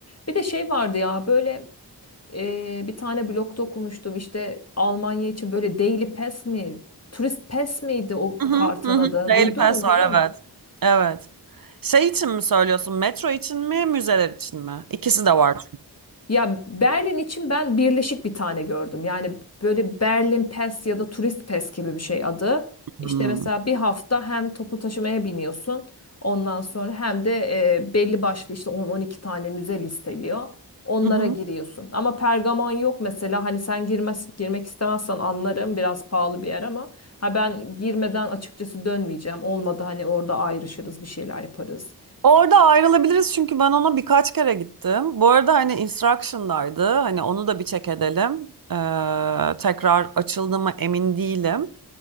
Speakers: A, on the left; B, on the right.
A: Bir de şey vardı ya böyle e, bir tane blogda okumuştum işte Almanya için böyle Daily Pass mi, Turist Pass miydi o
B: Hı hı.
A: kartın
B: Hı hı.
A: adı?
B: Daily
A: Duydun
B: Pass
A: mu
B: var
A: biliyor musun?
B: evet. Evet. Şey için mi söylüyorsun? Metro için mi, müzeler için mi? İkisi de var. çünkü.
A: Ya Berlin için ben birleşik bir tane gördüm. Yani böyle Berlin Pass ya da Turist Pass gibi bir şey adı. İşte
B: Hmm.
A: mesela bir hafta hem toplu taşımaya biniyorsun. Ondan sonra hem de e, belli başlı işte 10-12 tane müze listeliyor. Onlara
B: Hı hı.
A: giriyorsun. Ama Pergamon yok mesela. Hani sen girmez, girmek istemezsen anlarım. Biraz pahalı bir yer ama ha ben girmeden açıkçası dönmeyeceğim. Olmadı hani orada ayrışırız, bir şeyler yaparız.
B: Orada ayrılabiliriz çünkü ben ona birkaç kere gittim. Bu arada hani instruction'daydı. Hani onu da bir check edelim. Ee, tekrar açıldı mı emin değilim.